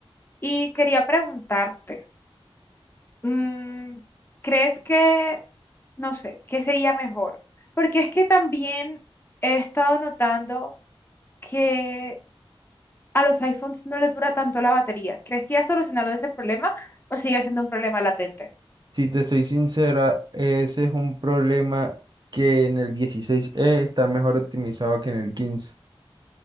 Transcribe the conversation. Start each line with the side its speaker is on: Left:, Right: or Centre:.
Left: Y quería preguntarte, mm, ¿crees que, no sé, qué sería mejor? Porque es que también he estado notando que a los iPhones no les dura tanto la batería. ¿Crees que ya solucionaron ese problema o sigue siendo un problema latente?
Right: Si te soy sincera, ese es un problema que en el dieciséis e está mejor optimizado que en el quince.